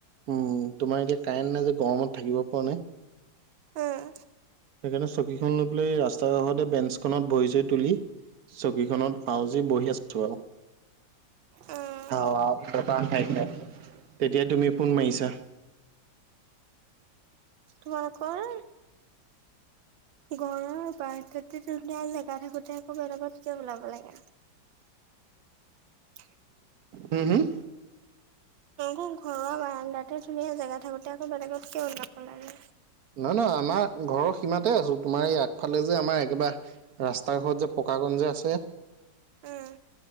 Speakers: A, on the right; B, on the right.
A: উম তোমাৰ এতিয়া কাৰেণ্ট নাই যে গৰমত থাকিব পৰা নাই।
B: উম।
A: সেইকাৰণে চকীখন লৈ পেলাই ৰাস্তা কাষতে বেঞ্চ খনত ভৰি-চৰি তুলি, চকী খনত আউজি বহি আছো আৰু।
B: উম
A: হৱাও বতাহ খাই খাই, তেতিয়াই তুমি ফোন মাৰিছা।
B: তোমালোকৰ ঘৰৰ বাৰাণ্ডাতে ধুনীয়া জেগা থাকোতে আকৌ বেলেগত কিয় ওলাব লাগে? <inaudible>
A: উম, হুম,
B: ঘৰৰ বাৰাণ্ডাতে ধুনীয়া জেগা থাকোতে আকৌ বেলেগত কিয় ওলাব লাগে?
A: নহয়, নহয়, আমাৰ ঘৰৰ সীমাতে আছো, তোমাৰ এই আগফালে যে আমাৰ একেবাৰে ৰাস্তাৰ ঘৰত যে পকাকণ যে আছে!
B: উম।